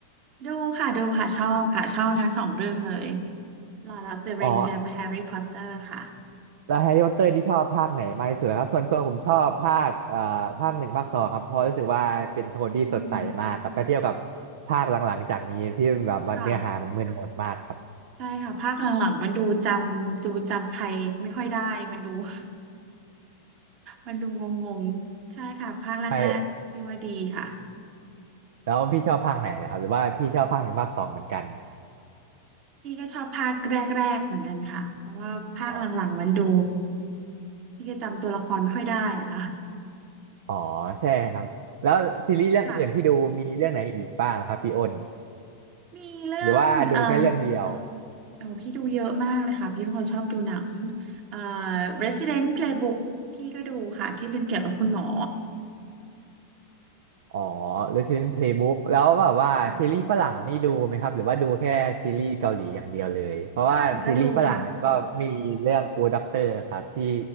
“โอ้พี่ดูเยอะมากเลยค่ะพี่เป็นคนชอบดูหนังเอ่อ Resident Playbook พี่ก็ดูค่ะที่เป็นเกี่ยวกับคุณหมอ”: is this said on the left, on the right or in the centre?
Right